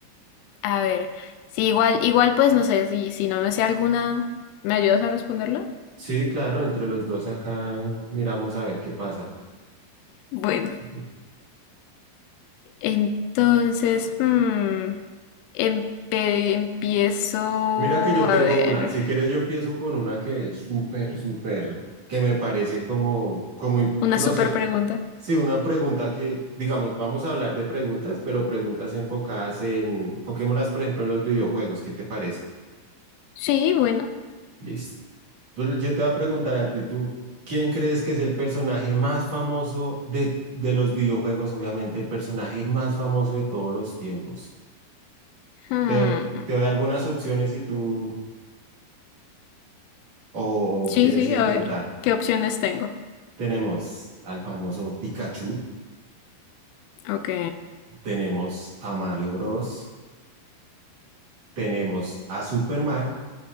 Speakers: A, on the left; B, on the right.
A: A ver, sí, igual, igual pues no sé, si, si no me sé alguna, ¿me ayudas a responderla?
B: Sí, claro, entre los dos acá miramos a ver qué pasa.
A: Bueno,
B: <laughs>
A: entonces, hmm, empe- empiezo
B: Mira que yo tengo
A: a ver.
B: una, si quieres yo empiezo con una que es súper, súper, que me parece como, como, i-
A: Una
B: no
A: super
B: sé,
A: pregunta.
B: sí, una pregunta que, digamos, vamos a hablar de preguntas, pero preguntas enfocadas en, enfoquémoslas, por ejemplo, en los videojuegos, ¿qué te parece?
A: Sí, bueno.
B: Listo. Pues yo te voy a preguntar a ti, tú, ¿quién crees que es el personaje más famoso de, de los videojuegos? Obviamente, el personaje más famoso de todos los tiempos.
A: Hmm.
B: Te, doy- te doy algunas opciones si tú o,
A: Sí,
B: o quieres
A: sí,
B: intentar.
A: a ver, ¿qué opciones tengo?
B: Tenemos al famoso Pikachu,
A: Ok.
B: tenemos a Mario Bros, tenemos a Superman